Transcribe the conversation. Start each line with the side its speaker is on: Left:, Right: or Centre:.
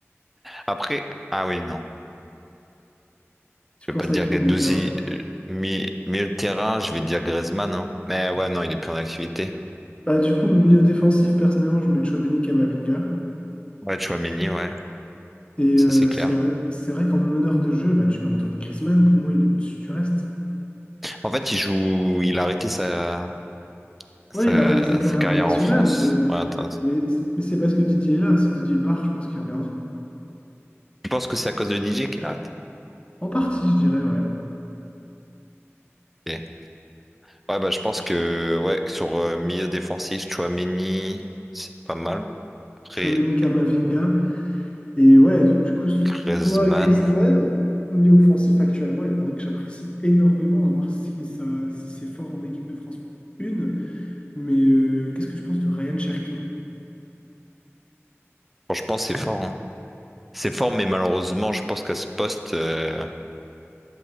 Centre: Après, ah oui, non.
Left: Tu
Centre: Je
Left: penses
Centre: vais pas te
Left: à
Centre: dire
Left: qui
Centre: Gendouzi,
Left: au milieu de terrain?
Centre: euh, mi- milieu de terrain, je vais te dire Griezmann. hein. Mais ouais, non, il est plus en activité.
Left: Bah, du coup, milieu défensif, personnellement, je mets Tchouaméni Camavinga.
Centre: Ouais, Chouameni, ouais,
Left: Et
Centre: ça
Left: euh,
Centre: c'est clair.
Left: c'est vrai, c'est vrai qu'en meneur de jeu, bah, tu mets Antoine Griezmann, pour moi, il est au-dessus du reste.
Centre: En fait, il joue, il a arrêté sa, sa,
Left: Ouais, il a arrêté sa carrière
Centre: sa carrière
Left: internationale,
Centre: en France.
Left: mais, euh,
Centre: Ouais, attends.
Left: mais, mais c'est parce que Didier est là. Si Didier part, je pense qu'il reviendra.
Centre: Tu penses que c'est à cause de DJ qu'il arrête?
Left: En partie, je dirais, ouais.
Centre: Ok. Ouais, bah, je pense
Left: Ch-
Centre: que, ouais, sur euh, milieu défensif, Chouameni, c'est pas mal. Après,
Left: Tchouaméni Camavinga. Et ouais, donc du coup,
Centre: Griezmann,
Left: soit Griezmann, milieu offensif, actuellement, il y en a un que j'apprécie énormément, à voir si ça, si c'est fort en équipe de France 1. Mais euh, qu'est-ce que tu penses de Ryan Cherki?
Centre: franchement, c'est fort, hein. C'est fort, mais malheureusement, je pense qu'à ce poste, euh,